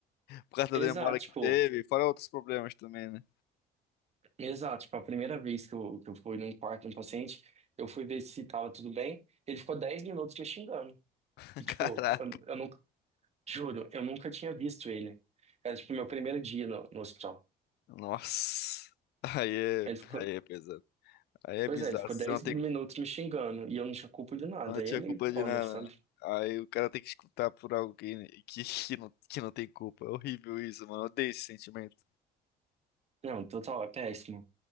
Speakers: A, on the left; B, on the right.
A: Por causa
B: Exato,
A: da demora que
B: tipo.
A: teve, fora outros problemas também, né?
B: Exato, tipo, a primeira vez que eu, que eu fui num quarto de um paciente, eu fui ver se tava tudo bem, ele ficou 10 minutos me xingando.
A: <laughs>
B: E, tipo,
A: Caraca.
B: eu, eu nunca, juro, eu nunca tinha visto ele. Era, tipo, meu primeiro dia no, no hospital.
A: Nossa. Aí
B: Ele
A: é,
B: ficou,
A: aí é pesado. Aí é
B: pois
A: bizarro.
B: é, ele ficou
A: Você
B: 10
A: não tem
B: minutos me xingando, e eu não tinha culpa de nada,
A: Não tinha
B: aí é meio
A: culpa de
B: foda,
A: nada,
B: sabe?
A: né? Aí o cara tem que escutar por alguém que, que, não, que não tem culpa. É horrível isso, mano. Eu odeio esse sentimento.
B: Não, total, é péssimo.